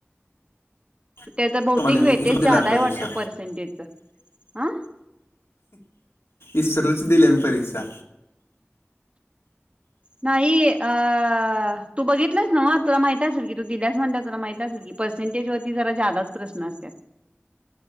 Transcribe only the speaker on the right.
त्याच बहुतेक
वेटेज
जादा
वाटत पर्सेंटेजच ह.
नाही अ तू बघितलास नवं तुला माहित असल की तू दिल्यास म्हणता तुला माहित आहे असाल की पर्सेंटेजवरती जरा जा्यादाच प्रशन असत.